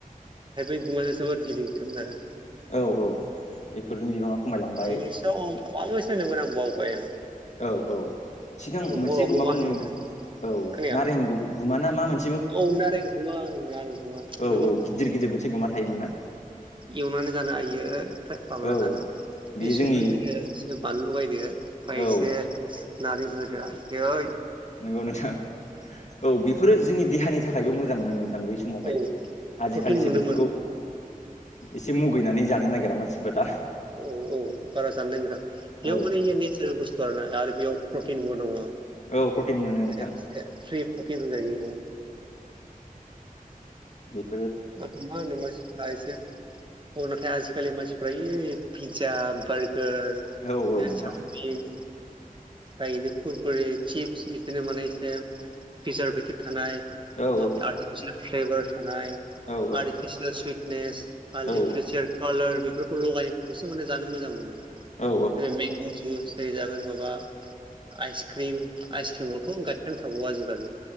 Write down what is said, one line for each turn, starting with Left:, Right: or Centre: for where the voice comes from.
Right: <unintelligible> गुम गिदिर गिदिरमोन आरो
Left: औ औ बेफोरनि बिबाङा खमायलांबाय
Right: इंलिसाव माबा मोनसे होनोमोन आं बावबाय
Left: औ औ सिगां
Right: आरो
Left: मोनसे
Right: बर'आवबो
Left: गुमा
Right: मा
Left: बुंमोन
Right: होनोमोनथाय
Left: औ
Right: खोनाया
Left: नारें गुमा ना मा मोनसे
Right: औ नारें गुमा होनो नारेंगुमा
Left: औ
Right: जोबोद
Left: औ
Right: गोथाव
Left: गिदिर गिदिर मोनसे गुमा थायोमोन ना
Right: एवनानै जानो हायो फ्राय खालामना
Left: औ
Right: जानो
Left: बेयो
Right: बे
Left: जोंनि
Right: संख्रि होदो बिनो बानलु लगायदो ओमफ्राय
Left: औ
Right: एसे नारें होदो आइयै
Left: नंगौ नोंथां औ बेफोरो जोंनि देहानि थाखायबो मोजां मोन नों थां बै समावहाय
Right: औ
Left: आजिखालिसो
Right: प्रटिन मोनोमोन
Left: बेफोरखौ एसे मुगैनानै जानो नागिरा मानसिफोरा
Right: औ औ बारा‌ जानो नागेरा बेयाव
Left: औ
Right: माने नेसारेल बुसथु आरो बेयाव प्रटिनबो दङ
Left: औ प्रटिन मोनो नोंथां
Right: बेराद फ्रि प्रटिन होनजायो बेखौ
Left: बे
Right: नाथाय मा होनो मानसिफ्रा एसे औ नाथाय आजिखालि मानसिफ्रा इ पिज्जा बार्गार
Left: आरो औ
Right: बिनो
Left: औ नोंथां
Right: चावमिन म इनो खुरकुरि चिप्स बिदिनो माने एसे प्रिजारभेटिभ थानाय
Left: औ
Right: माब आर्टिफिसियेल फ्लेभार थानाय
Left: औ
Right: आर्टिफिसियेल सुइटनेस आल्टिफसियार
Left: औ
Right: कालार बेफोरखौ लगायनायफोरखौसो माने जानो मोजां मोनो। जेरै
Left: औ
Right: मेग' जुस एरै जागोन माबा आइस क्रिम आइस क्रिमावथ' गायखेरानो थाबावो आजिखालि